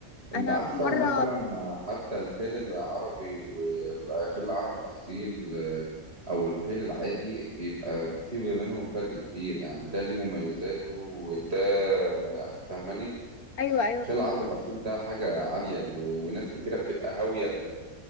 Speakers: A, on the right; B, on the left.
A: انت
B: انا
A: عارفة
B: في مرة
A: مثلا حتى الخيل العربي والخيل العربي الاصيل آه، او الخيل العادي بيبقى في منهم فرق كبير يعني ده ليه مميزاته وده ما- يعني فاهماني
B: ايوه ايوه
A: الخليل
B: فاهمة
A: العربي
B: قصدك
A: الأصيل ده حاجة عالية و... وناس كتيرة بتبقى هاوية ال...